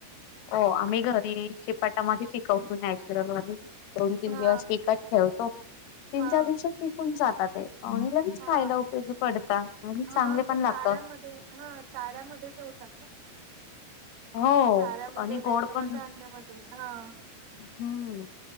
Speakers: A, on the left; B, on the right.
A: हो आम्ही घरी चिपाटामध्येध पिकवतो नॅचरल आणि- दोन तीन
B: हा
A: दिवस विकट खेळतो, तीन
B: हा
A: चार दिवसात विकून जातात ते- आणि लगेच
B: हा
A: खायला उपयोगी पडता आणि चांगले
B: हा
A: पण
B: ते
A: लागत
B: चाऱ्यामध्ये हा, चाऱ्यामध्ये ठेवत-
A: हो
B: चाऱ्यामध्ये
A: आणि
B: नाही
A: गोड
B: तर,
A: पण
B: मग धान्यामध्ये हा-
A: हम्म.